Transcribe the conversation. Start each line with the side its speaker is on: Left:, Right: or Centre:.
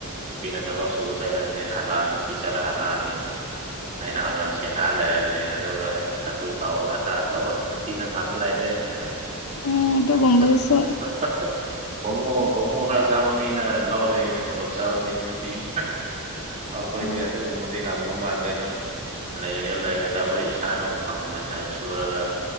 Right: ꯄꯤꯅ ꯊꯕꯛ ꯁꯨꯕ ꯆꯩꯠꯂꯅꯤ ꯍꯜꯂꯛꯑꯅꯤ ꯑꯣꯐꯤꯁ ꯆꯠꯂ ꯍꯜꯂꯛꯑꯅꯤ ꯑꯩꯅ ꯑꯉꯥꯡ ꯁꯦꯅꯥ ꯂꯩꯔꯥꯅꯤ ꯑꯗꯨꯒ ꯑꯁ ꯑꯗꯨ ꯇꯧ ꯑꯗꯥ ꯇꯧ ꯅꯨꯄꯤꯅ ꯉꯥꯝ ꯂꯥꯏꯗꯣꯏꯅꯤ ꯑꯁ
Left: ꯎꯝ ꯑꯗꯨꯒꯨꯝꯕꯗꯨꯁꯨ
Right: <unintelligible> ꯍꯣꯃꯣ ꯍꯣꯃꯣ ꯈꯔ ꯆꯪꯕ ꯃꯤꯅ ꯂꯧꯗꯣꯏ ꯇꯣꯂꯣꯞ ꯆꯥꯕ ꯃꯤ ꯄꯤꯅꯤ ꯑꯈꯣꯏꯗꯤ
Left: ꯑ
Right: ꯑꯗꯨꯒꯨꯝꯕꯗꯤ ꯉꯝꯗꯧ ꯃꯥꯟꯗꯦꯗ ꯂꯩꯒꯦꯔ ꯂꯩꯔꯣꯏꯗ ꯑꯩꯈꯣꯏ ꯏꯁꯥꯅ ꯍꯨꯃꯥꯡ ꯃꯟꯅ ꯁꯨꯔꯒ